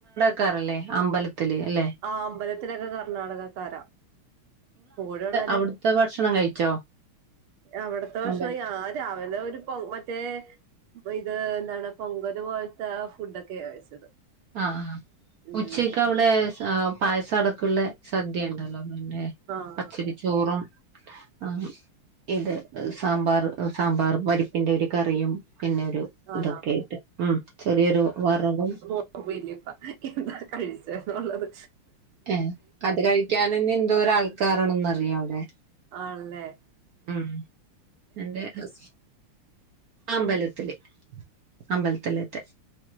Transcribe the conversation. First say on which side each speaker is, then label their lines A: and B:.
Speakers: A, on the right; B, on the right.
A: ക്കാറല്ലേ അമ്പലത്തില് അല്ലെ
B: ആഹ് അമ്പലത്തിലക്ക കർണാടകക്കാരാ കൂടൊള്ളരെ
A: അവ്ട്ത്തെ ഭക്ഷണം കഴിച്ചോ
B: അവ്ട്ത്തെ ഭക്ഷണം
A: അമ്പലത്തി
B: ഞ രാവിലെ ഒരു പോ മറ്റേ പ്പഇത് ന്താണ് പൊങ്കല് പോൽത്ത ഫുഡക്കെ കഴിച്ചത്
A: ആഹ്
B: ഉം
A: ഉച്ചക്ക് അവ്ടെ പായസം അടക്ക്ള്ളെ സദ്യ ഇണ്ടല്ലോ പിന്നെ
B: ആഹ്
A: പച്ചരി ചോറും ആഹ് ഇത് സാമ്പാറ് സാമ്പാറും വര്പ്പ്ന്റെ ഒര് കറിയും പിന്നെ ഒരു
B: ആണോ
A: ഇതൊക്കെ ഇട്ട് ഉം ചെറിയൊരു വറ്‌ വും.
B: ഓ വല്യപ്പ എന്താ കഴിച്ചേന്നുള്ളത്.
A: ഏഹ് അത് കഴിക്കനെന്നെ എന്തോര് ആൾക്കാരാണന്ന് അറിയൊ അവ്ടെ.
B: ആൺലെ
A: ഉം ഇന്റെ ഹസ് അമ്പലത്തില്. അമ്പൽത്ത്ലേത്തെ